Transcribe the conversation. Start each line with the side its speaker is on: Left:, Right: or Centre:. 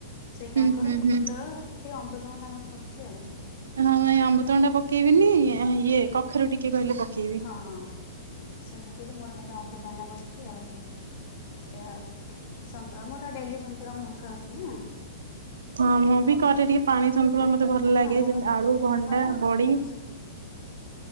Left: ସେଇ
Right: ହୁଁ
Left: କାଙ୍କଡ
Right: ହୁଁ ହୁଁ
Left: ପୋଟଳ ଟିକେ ଅମୃତଭ ଡାଙ୍ଗର ପଡିଛି ଆଉ।
Right: ହଁ ନାଇଁ ଆମ୍ବୁତଣ ଟା ପକେଇବିନି ଇଏ କଖରୁ ଟିକେ କହିଲେ ପକେଇବି।
Left: ହଁ ହଁ ସେ ପକେଇଛି ମୋର ଖାଲି ଅମୃତ ଅଣ୍ଡା ପଡିଛି ଆଉ। ଏଆ ସନ୍ତୁଳା ମୋର ତ ଡେଲି ସନ୍ତୁଳା ମୋର ଖାଉଚିନା।
Right: ହଁ ମୁଁ ବି କଟେ ଟିକେ ପାଣି ହଁ ମତେ ଭଲ ଲାଗେ
Left: ନା ମୋର
Right: ଯେମତି
Left: ଯେହେତୁ
Right: ଆଳୁ
Left: ଦେହ
Right: ଭଣ୍ଡା
Left: ଖରାପ
Right: ବଡି।
Left: ମୁଁ